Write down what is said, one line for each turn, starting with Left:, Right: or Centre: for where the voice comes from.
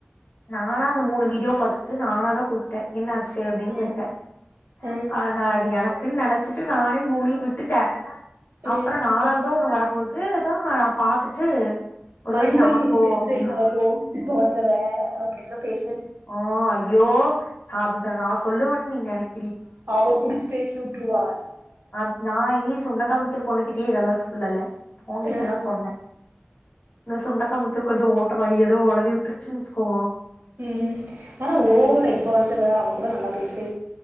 Left: நானா அந்த மூணு வீடியோ பாத்துட்டு நானாதா கூப்ட்டே என்ன ஆ ச்சு அப்டின்னு
Right: ஆ
Left: கேக்க
Right: ஆ
Left: அது நா இப்டி எனக் குன்னு நெனச்சிட்டு நானே மூணையு விட்டு த
Right: ம்
Left: அப்புற நாலாவதா ஒண்ணு வரப்போகுது இதேதா நா பாத்துட்டு ஒருவேள
Right: மைக்கல்
Left: நமக்கோ
Right: புனித்திருத்த
Left: அப்டின்னு
Right: என்ன ஆகு இப்ப வந்தவ. அஹ அப்படின்ல்லா பேச்.
Left: ஆஹா ஐயோ அது. நா சொல்லுவன்னு நீங் நெனைக்.
Right: பாவோ புடிச்சு பேசி. யுட்டுருவா.
Left: அ நா இனி சுன்னக்காரமத்தூர் பொண்ணுகிட்டயே இதெல்லா சொல். ல்லல்ல. ஊங்கிட்டதா
Right: ஆ
Left: சொன்ன. இந்த சுண்டக்காமத்தூர். கொஞ்சோ ஓட்டவாய் ஏதோ ஒளறி வுட்டுருச்சுன் வெச்சுக்கோ.
Right: உம் ஆனா ஓவரா இப்ப வந்தவ அவ கூட நல்லா பேசு.